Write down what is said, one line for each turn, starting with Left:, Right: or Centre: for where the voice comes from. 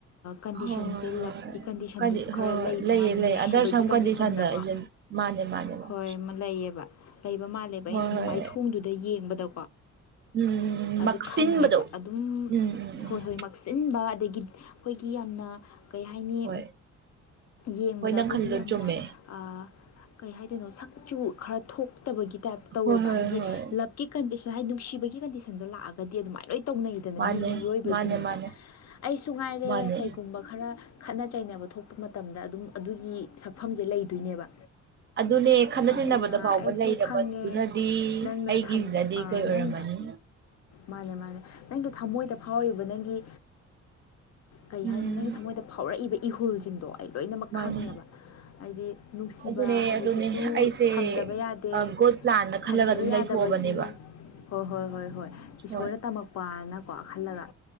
Left: ꯀꯟꯗꯤꯁꯟꯁꯦ
Right: ꯍꯣꯏ ꯍꯣꯏ ꯍꯣꯏ
Left: ꯂꯞꯀꯤ ꯀꯟꯗꯤꯁꯟꯗꯁꯨ
Right: ꯀꯗꯤ
Left: ꯈꯔ
Right: ꯍꯣꯏ ꯍꯣꯏ
Left: ꯂꯩꯕ
Right: ꯂꯩꯌꯦ
Left: ꯃꯥꯜꯂꯦ
Right: ꯂꯩꯌꯦ
Left: ꯅꯨꯡꯁꯤꯕꯒꯤ
Right: ꯑꯟꯗꯔ ꯁꯝ
Left: ꯀꯟꯗꯤꯁꯟꯗꯀꯣ
Right: ꯀꯟꯗꯤꯁꯟꯗ ꯑꯩꯁꯦ ꯃꯥꯅꯦ ꯃꯥꯅꯦ ꯃꯥꯅꯦ
Left: ꯍꯣꯏ ꯑꯃ ꯂꯩꯌꯦꯕ ꯂꯩꯕ ꯃꯥꯜꯂꯦꯕ ꯑꯩꯅ
Right: ꯍꯣꯏ
Left: ꯁꯨꯝ
Right: ꯍꯣꯏ
Left: ꯃꯥꯏꯊꯣꯡꯗꯨꯗ ꯌꯦꯡꯕꯗ
Right: ꯎꯝ
Left: ꯑꯗꯨ
Right: ꯃꯛꯁꯤꯟꯕꯗꯣ
Left: ꯈꯪꯉꯦꯕ ꯑꯗꯨꯝ
Right: ꯎꯝ ꯎꯝ ꯎꯝ
Left: ꯍꯣꯏ ꯍꯣꯏ ꯃꯛꯁꯤꯟꯕ ꯑꯗꯒꯤ ꯑꯈꯣꯏꯒꯤ ꯌꯥꯝꯅ ꯀꯩ ꯍꯥꯏꯅꯤ
Right: ꯍꯣꯏ
Left: ꯌꯦꯡꯕꯗ
Right: ꯍꯣꯏ ꯅꯪ
Left: ꯑꯈꯣꯏꯒꯤ
Right: ꯈꯜꯂꯤꯗꯣ
Left: ꯌꯥꯝꯅ
Right: ꯆꯨꯝꯃꯦ
Left: ꯑꯥ ꯀꯩ ꯍꯥꯏꯗꯣꯏꯅꯣ ꯁꯛꯆꯨ ꯈꯔ ꯊꯣꯛꯇꯕꯒꯤ ꯇꯥꯏꯞꯇ ꯇꯧꯋꯦꯕ
Right: ꯍꯣꯏ ꯍꯣꯏ
Left: ꯍꯥꯏꯗꯤ
Right: ꯍꯣꯏ
Left: ꯂꯞꯀꯤ ꯀꯟꯗꯤꯁꯟ ꯉꯁꯥꯏ ꯅꯨꯡꯁꯤꯕꯒꯤ ꯀꯟꯗꯤꯁꯟꯗ ꯂꯥꯛꯑꯗꯤ ꯑꯗꯨꯃꯥꯏ ꯂꯣꯏ ꯇꯧꯅꯩꯗꯅ
Right: ꯃꯥꯅꯦ
Left: ꯃꯤꯒꯤ ꯌꯣꯏꯕꯁꯤꯡꯁꯦ
Right: ꯃꯥꯅꯦ ꯃꯥꯅꯦ
Left: ꯑꯩꯁꯨ ꯉꯥꯏꯔꯦ
Right: ꯃꯥꯅꯦ
Left: ꯀꯩꯒꯨꯝꯕ ꯈꯔ ꯈꯠꯅ ꯆꯩꯅꯕ ꯊꯣꯛꯄ ꯃꯇꯝꯗ ꯑꯗꯨꯝ ꯑꯗꯨꯒꯤ ꯁꯛꯐꯝꯁꯦ ꯂꯩꯗꯣꯏꯅꯦꯕ
Right: ꯑꯗꯨꯅꯦ ꯈꯠꯅ
Left: ꯑꯗꯨꯅ
Right: ꯆꯩꯟꯅꯕꯗ ꯐꯥꯎꯕ
Left: ꯑꯩꯁꯨ
Right: ꯂꯩꯔꯕꯗꯨꯅꯗꯤ
Left: ꯈꯪꯉꯦ ꯅꯪꯅ
Right: ꯑꯩꯒꯤꯁꯤꯅꯗꯤ
Left: ꯑ
Right: ꯀꯩ ꯑꯣꯏꯔꯝꯃꯅꯤ
Left: ꯅꯪ ꯃꯥꯅꯦ ꯃꯥꯅꯦ ꯅꯪꯗꯣ ꯊꯃꯣꯏꯗ ꯐꯥꯎꯔꯤꯕ ꯅꯪꯒꯤ ꯀꯩ
Right: ꯎꯝ
Left: ꯍꯥꯏꯅꯤ ꯅꯪꯒꯤ ꯊꯃꯣꯏꯗ ꯐꯥꯎꯔꯛꯏꯕ ꯏꯍꯨꯜꯁꯦ ꯁꯤꯡꯗꯣ ꯑꯩ ꯂꯣꯏꯅꯃꯛ
Right: ꯃꯥꯅꯦ
Left: ꯈꯪꯉꯦꯕ ꯍꯥꯏꯗꯤ ꯅꯨꯡꯁꯤꯕ
Right: ꯑꯗꯨꯅꯦ
Left: ꯍꯥꯏꯕꯁꯤꯁꯨ
Right: ꯑꯗꯨꯅꯦ ꯑꯩꯁꯦ
Left: ꯊꯝꯗꯕ ꯌꯥꯗꯦ ꯗꯦ
Right: ꯒꯣꯗ ꯄ꯭ꯂꯥꯟꯅ ꯈꯜꯂꯒ
Left: ꯊꯝꯗꯕ
Right: ꯑꯗꯨꯝ
Left: ꯌꯥꯗꯕꯒꯤ
Right: ꯂꯩꯊꯣꯛꯑꯕꯅꯦꯕ
Left: ꯍꯣꯏ ꯍꯣꯏ ꯍꯣꯏ ꯍꯣꯏ ꯏꯁꯣꯔꯅ
Right: ꯍꯣꯏ
Left: ꯇꯝꯃꯛꯄꯅꯀꯣ ꯈꯜꯂꯒ